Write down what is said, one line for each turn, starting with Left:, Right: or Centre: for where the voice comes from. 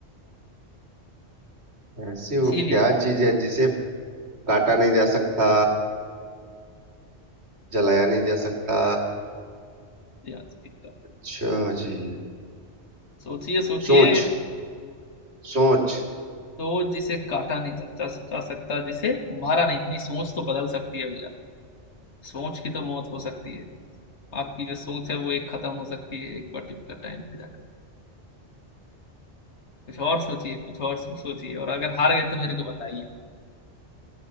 Right: ऐसी वो
Left: इसीलिए
Right: क्या चीज है जिसे काटा नहीं जा सकता जलाया नहीं जा सकता
Left: ये आज एक तो
Right: अच्छा जी
Left: सोचिए सोचिए
Right: सोच सोच
Left: तो जिसे काटा नहीं जा, जा, जा सकता जिसे मारा नहीं नहीं सोच तो बदल सकती है भैया सोच की तो मौत हो सकती है आपकी जो सोच है वो एक खत्म हो सकती है एक पर्टिकुलर टाइम पे जाकर कुछ और सोचिए कुछ और सो- सोचिए और अगर हार गए तो मेरे को बताइए